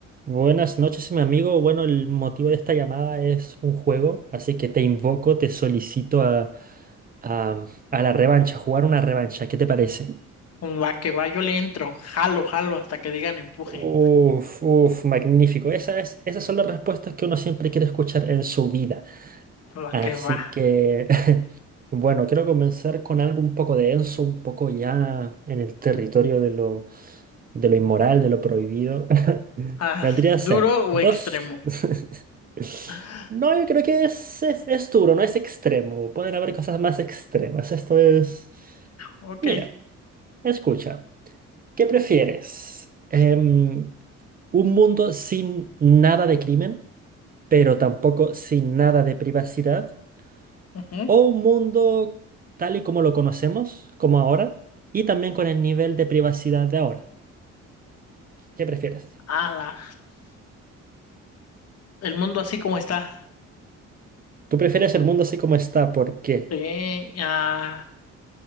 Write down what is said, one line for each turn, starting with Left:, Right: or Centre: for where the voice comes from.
Right: Buenas noches, mi amigo. Bueno, el motivo de esta llamada es un juego, así que te invoco, te solicito a, a- a la revancha, jugar una revancha. ¿Qué te parece?
Left: Va que va, yo le entro, jalo, jalo hasta que digan empuje.
Right: Uf, uf, magnífico. Esa es, esas son las respuestas que uno siempre quiere escuchar en su vida.
Left: Va
Right: Así
Left: que va.
Right: que <laughs> Bueno, quiero comenzar con algo un poco denso, un poco ya en el territorio de lo, de lo inmoral, de lo prohibido. <laughs>
Left: Ah,
Right: Vendría a
Left: ¿duro
Right: ser
Left: o
Right: dos.
Left: extremo?
Right: <laughs>
Left: Ah,
Right: No, yo creo que es, es, es duro, no es extremo. Pueden haber cosas más extremas. Esto es...
Left: Ok.
Right: Mira, escucha. ¿Qué prefieres? Em, ¿un mundo sin nada de crimen, pero tampoco sin nada de privacidad?
Left: Ujú.
Right: o un mundo tal y como lo conocemos, como ahora, y también con el nivel de privacidad de ahora. ¿Qué prefieres?
Left: A la. El mundo así como está.
Right: ¿Tú prefieres el mundo así como está? ¿Por qué?
Left: Sí, ah,